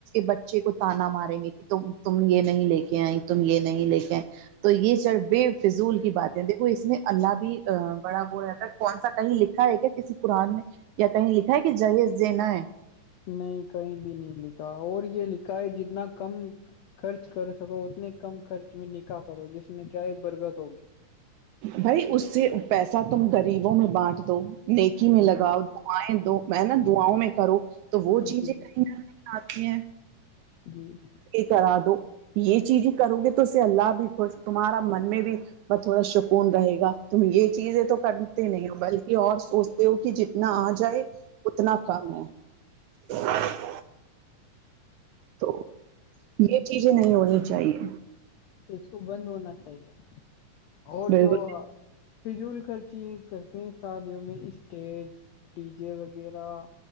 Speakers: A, on the right; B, on the left.
A: بچے کو تانا ماریں گے کہ تم یہ نہیں لے کےے ہیں تم یہ نہیں لے کے ہیں تو یہ چربے فضول کی بات ہےیکھو اس میں اللہ بھی بڑا ہو رہا تھا کون سا کہیں لکھ ا ہے کیا کسی قرآن میں یا کہیں لکھا ہے کہ جہیز جینا ہے
B: نہیں کہیں بھی نہیں لکھا اور یہ لکھا ہے جتنا کم خرچ کر سکو اتنے کم خرچ میں نکح کرو جس میں کیا ہے برکد ہوگی
A: بھائی اس سے پیسہ تم غریبوں میں بانٹ دو نیکی میں
B: جی
A: لگاؤ دعائیں دو میں نا دعاؤں میں کرو تو وہ چیزیں
B: جی
A: کہیں نہ آتی ہے <unintelligible>
B: جی <inaudible>
A: یہ کرا دو یہ چیز ہی کرو گے تو اس سے اللہ بھی خوش تمہارا من میں بھی ب تھوڑا سکون رہے گا تم یہ چیز ہے تو کرتے نہیں ہو بلکہ اور سوچتے ہو کہ جتنا آ جائے اتنا کام ہے <unintelligible> تو یہ چیزیں نہیں ہونی چاہیے
B: اس کو بند ہونا چاہیے اور
A: بالکل
B: جو فضول خرچی کرتے ہیں شادیوں میں اسٹیج ڈی جے وغیرہ